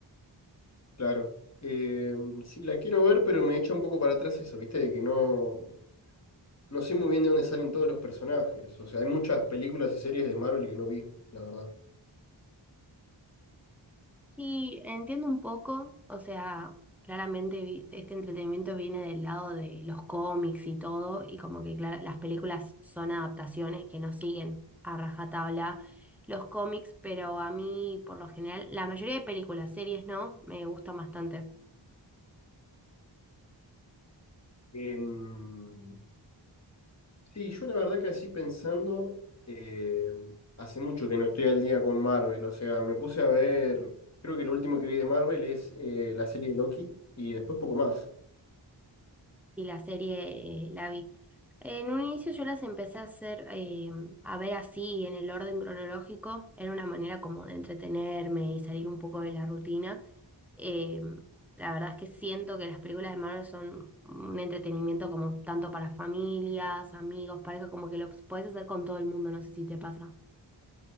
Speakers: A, on the left; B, in the centre.
A: Claro. Eh, sí, la quiero ver, pero me echa un poco para atrás eso, ¿viste? De que no, no sé muy bien de dónde salen todos los personajes. O sea, hay muchas películas y series de Marvel que no vi, la verdad.
B: Sí, entiendo un poco, o sea, claramente vi- este entretenimiento viene del lado de los cómics y todo, y como que clara- las películas son adaptaciones que no siguen a rajatabla los cómics, pero a mí por lo general, la mayoría de películas, series no, me gustan bastante.
A: Em, Sí, yo la verdad que así pensando, eh, hace mucho que no estoy al día con Marvel, o sea, me puse a ver, creo que lo último que vi de Marvel es eh, la serie de Loki y después poco más.
B: y la serie eh, la vi. En un inicio yo las empecé a hacer, eh, a ver así, en el orden cronológico, era una manera como de entretenerme y salir un poco de la rutina. Eh, la verdad es que siento que las películas de Marvel son un entretenimiento como tanto para familias, amigos, pareja, como que lo puedes hacer con todo el mundo, no sé si te pasa.